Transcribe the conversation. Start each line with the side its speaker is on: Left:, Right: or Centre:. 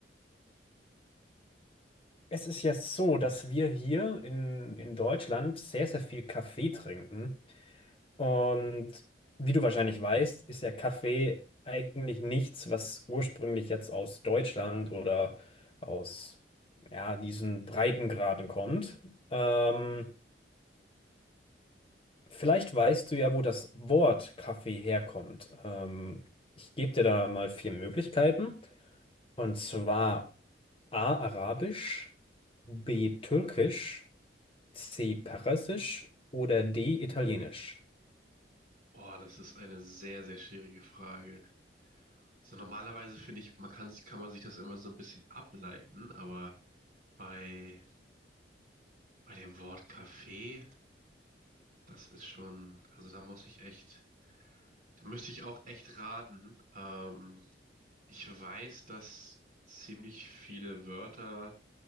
Left: Es ist ja so, dass wir hier in, in Deutschland sehr, sehr viel Kaffee trinken. Und wie du wahrscheinlich weißt, ist ja Kaffee eigentlich nichts, was ursprünglich jetzt aus Deutschland oder aus ja, diesen Breitengraden kommt. Ähm, vielleicht weißt du ja, wo das Wort Kaffee herkommt. Ähm, ich gebe dir da mal vier Möglichkeiten. Und zwar. A. Arabisch, B. Türkisch, C. Persisch oder D. Italienisch.
Right: Oh, das ist eine sehr, sehr schwierige Frage. So normalerweise finde ich, man kann, kann man sich das immer so ein bisschen ableiten, aber bei, bei dem Wort Kaffee, das ist schon, also da muss ich echt, da müsste ich auch echt raten. Ähm, ich weiß, dass ziemlich viele Wörter